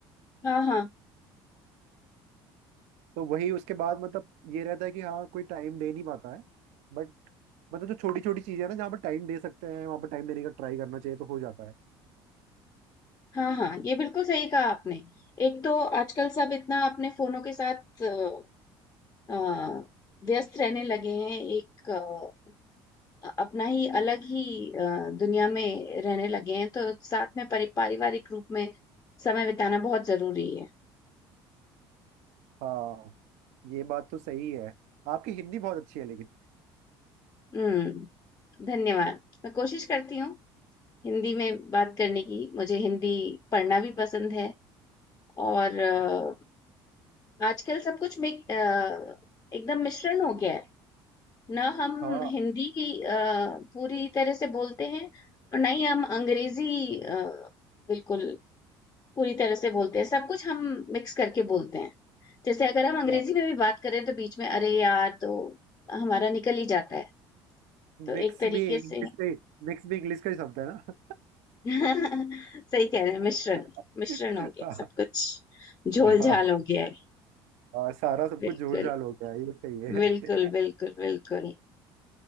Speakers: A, on the left; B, on the right.
A: हाँ हाँ
B: तो वही उसके बाद मतलब ये रहता है कि हाँ कोई टाइम दे नहीं पाता है बट मतलब जो छोटी छोटी चीजें हैं ना जहाँ पर टाइम दे सकते हैं वहाँ पर टाइम देने का ट्राई करना चाहिए तो हो जाता है
A: हाँ हाँ ये बिल्कुल सही कहा आपने एक तो आजकल सब इतना अपने फोनों के साथ अ, अ, व्यस्त रहने लगे हैं एक अ, अपना ही अलग ही अ, दुनिया में रहने लगे हैं तो साथ में परि पारिवारिक रूप में समय बिताना बहुत जरूरी है
B: हाँ ये बात तो सही है आपकी हिंदी बहुत अच्छी है लेकिन
A: हम्म धन्यवाद मैं कोशिश करती हूँ हिंदी में बात करने की मुझे हिंदी पढ़ना भी पसंद है और अ, आजकल सब कुछ में एकदम मिश्रण हो गया है ना हम
B: हाँ
A: हिंदी अ, पूरी तरह से बोलते हैं और ना ही हम अंग्रेजी अ, बिल्कुल पूरी तरह से बोलते हैं सब कुछ हम मिक्स करके बोलते हैं जैसे अगर हम अंग्रेजी
B: हाँ
A: में भी बात करें तो बीच में अरे यार तो हमारा निकल ही जाता है तो
B: मिक्स
A: एक तरीके
B: भी इंग्लिश
A: से
B: में मिक्स भी इंग्लिश का ही शब्द है ना
A: <laughs> सही कह रहे हैं मिश्रण
B: <laughs>
A: मिश्रण हो गया
B: हाँ
A: सब कुछ झोल
B: हाँ,
A: झाल हो गया है
B: हाँ, सारा सब
A: बिल्कुल
B: कुछ झोल झाल हो गया ये सही
A: बिल्कुल
B: है
A: बिल्कुल बिल्कुल